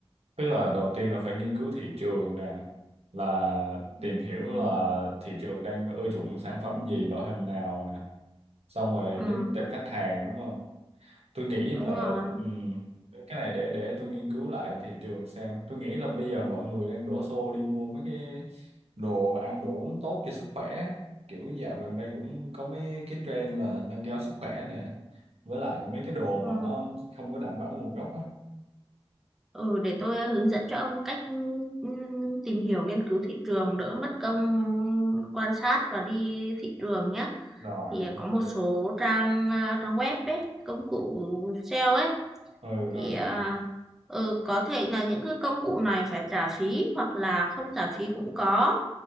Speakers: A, on the right; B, in the centre.
A: tức là đầu tiên là phải nghiên cứu thị trường nè là tìm
B: ừ,
A: hiểu là thị trường đang ưa chuộng sản phẩm gì loại hình nào nè xong rồi
B: ừ,
A: đến tệp khách hàng đúng không tôi nghĩ
B: đúng
A: là
B: rồi
A: ừm, cái này để để tôi nghiên cứu lại thị trường xem tôi nghĩ là bây giờ mọi người đang đổ xô đi mua mấy cái đồ ăn đồ uống tốt cho sức khỏe kiểu dạo gần đây cũng có mấy cái trend là nâng cao sức khỏe nè với lại mấy cái đồ mà
B: ừ.
A: nó không có đảm bảo nguồn gốc á
B: ừ để tôi hướng dẫn cho ông cách ừ, tìm hiểu nghiên cứu thị trường đỡ mất công quan sát và đi thị trường nhé
A: rồi
B: thì
A: ok
B: có một số trang à, trang web ấy công cụ SEO ấy
A: ừ ừ
B: thì à, ừ, có thể là những cái công cụ này phải trả phí hoặc là không trả phí cũng có